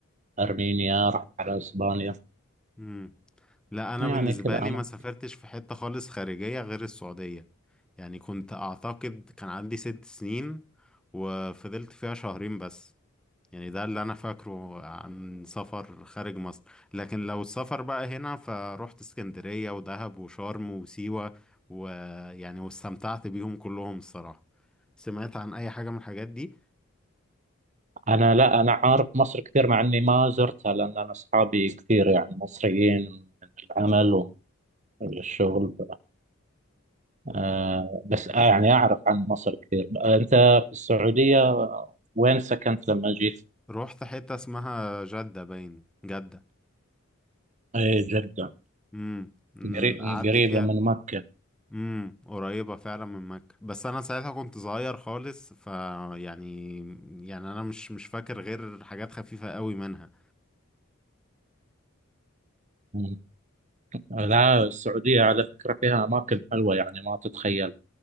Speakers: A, on the right; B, in the centre.
A: أرمينيا رحت على إسبانيا
B: مم. لا انا
A: يعني
B: بالنسبه
A: كذا
B: لي
A: أنا
B: ما سافرتش في حته خالص خارجيه غير السعوديه يعني كنت اعتقد كان عندي ست سنين وفضلت فيها شهرين بس يعني ده اللي انا فاكره عن سفر خارج مصر لكن لو السفر بقى هنا فروحت اسكندريه ودهب وشرم وسيوه ويعني واستمتعت بيهم كلهم الصراحه سمعت عن اي حاجه من الحاجات دي
A: أنا لا أنا عارف مصر كثير مع إني ما زرتها لأن أنا أصحابي كثير يعني مصريين من العمل ومن الشغل آه بس آه يعني أعرف عن مصر كثير آه أنت في السعودية آه، وين سكنت لما جيت؟
B: رحت حتة اسمها جدة باين جدة
A: إيه جدة
B: امم أمم،
A: قري-
B: قعدت
A: قريبة
B: فيها
A: من مكة
B: امم قريبة فعلا من مكة بس انا ساعتها كنت صغير خالص ف يعني يعني انا مش مش فاكر غير حاجات خفيفة قوي منها
A: مم. لا السعودية على فكرة فيها أماكن حلوة يعني ما تتخيل
B: أمم،